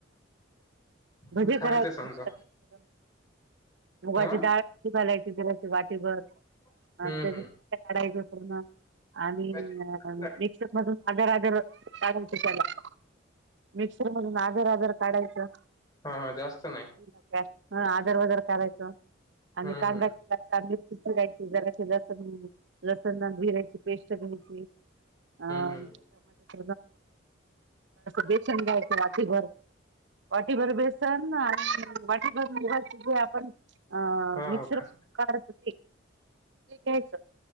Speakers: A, on the right; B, on the left.
A: भजी
B: मग खायचं
A: करायचं
B: समजा
A: नसतं नई तर मुगाची
B: हा
A: डाळ घालायची दिलाशी वाटीभर
B: हम्म
A: आणि त्या काढायच पण आणि
B: हम्म
A: नअप मिलशे मध्यि आजार आज कारण की त्याला मिक्सर मधून आदर वादर काढायचं
B: हा हा जास्त नाही
A: ग्यास ह आदार वजर करायच आणि
B: हम्म
A: काणदे
B: हम्म
A: चांदी चिरायची जरा लसण लसण भिरायची पेस्ट घ्यायची अ
B: हम्म हम्म
A: त्याच्यामध्ये बेचंडायच वाटी भर वाटीभर बेसन आणि मुगाची जे आपण अ
B: हो
A: मिक्सर
B: का
A: काढत हो ते ते घ्यायचं